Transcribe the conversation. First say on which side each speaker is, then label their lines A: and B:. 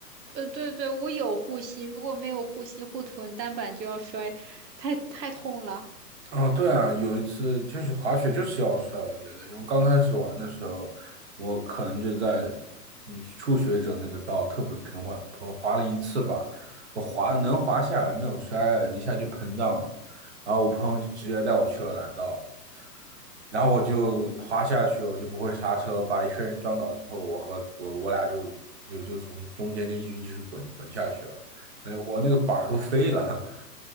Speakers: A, on the right; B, on the right.
A: 呃，对对，我有护膝，如果没有护膝护臀，单板就要摔，太太痛了。
B: 啊，对啊，有一次就是滑雪就是要摔，我觉得，因为刚开始玩的时候，我可能就在嗯初学者那个道特别平缓，我滑了一次吧，我滑能滑下来，没有摔，一下就膨胀了，然后我朋友就直接带我去了蓝道，然后我就滑下去，我就不会刹车，把一个人撞倒之后，我和我我俩就就就从中间就一直一直滚滚下去了，那我那个板儿都飞了。<laughs>